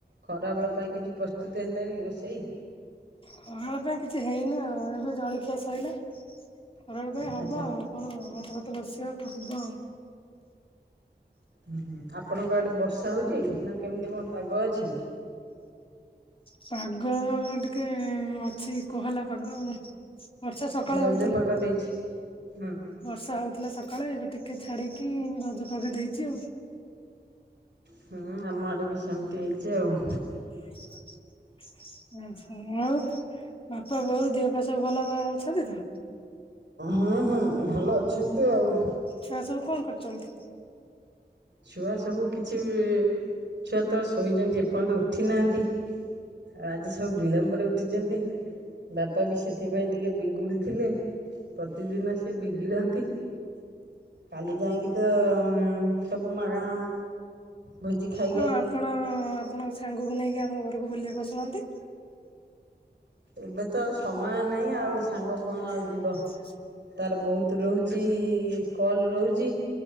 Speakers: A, on the right; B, on the left.
A: ଖରାବେଳ ପାଇଁ କିଛି ପ୍ରସ୍ତୁତି ହେଲାଣି, ରୋଷେଇ
B: ଖରାବେଳ ପାଇଁ କିଛି ହେଇନି ଆଉ ଏବେ ଜଳଖିଆ ସଇଲା ଖରାବେଳ ପାଇଁ ହବ
A: ଆଚ୍ଛା
B: ଆଉ କଣ ଭାତ ଫାତ ବସିବ କଣ ହବ ଆଉ।
A: ହୁଁ ହୁଁ ଆପଣଙ୍କ ଆଡେ ବର୍ଷା ହଉଛି ନା କେମିତି କଣ ପାଗ ଅଛି?
B: ପାଗ ଟିକେ ଅଛି କୁହଲା ପାଗ ଆଉ। ବର୍ଷା ସକାଳେ
A: ରଜ
B: ହଉଥିଲା।
A: ପାଗ ଦେଇଛି ହୁଁ
B: ବର୍ଷା ହଉଥିଲା ସକାଳେ ଏବେ ଟିକେ ଛାଡିକି ରଜପାଗ ଦେଇଛି ଆଉ।
A: ହୁଁ ଆମ ଆଡ଼େ ବି ସେମିତି ହେଇଛି ଆଉ।
B: <inaudible> ଆଛା ଆଉ ବାପା ବୋଉ ଦେହ ପା ସବୁ ଭଲ ଭ ଅଛନ୍ତି ତ?
A: ହୁଁ ହୁଁ ଭଲ ଅଛନ୍ତି ଆଉ।
B: ଛୁଆ ସବୁ କଣ କରୁଛନ୍ତି।
A: ଛୁଆ ସବୁ କିଛି ଛୁଆ ତ ଶୋଇଛନ୍ତି ଏପର୍ଯ୍ୟନ୍ତ ଉଠି ନାହାନ୍ତି। ଆଜି ସବୁ ବିଳମ୍ବରେ ଉଠିଛନ୍ତି। ବାପା ବି ସେଥିପାଇଁ ଟିକେ ବିଗୁଡି ଥିଲେ। ପ୍ରତିଦିନ ସେ ବିଗିଡନ୍ତି କାଲି ଯାଇକି ତ। ସବୁ ମାଗଣା। ଭୋଜି ଖାଇ
B: ହଁ ଆପଣ ଆପଣଙ୍କ ସାଙ୍ଗକୁ ନେଇକି ଆମ ଘରକୁ ବୁଲିବାକୁ ଶୁଣନ୍ତି?
A: ଏବେ ତ ଆଉ ସମୟ ନାହିଁ ଆଉ ସାଙ୍ଗ କଣ ଆଉ।
B: <inaudible>
A: ଯିବ ତାର ବହୁତ ରହୁଛି କଲ୍ ରହୁଛି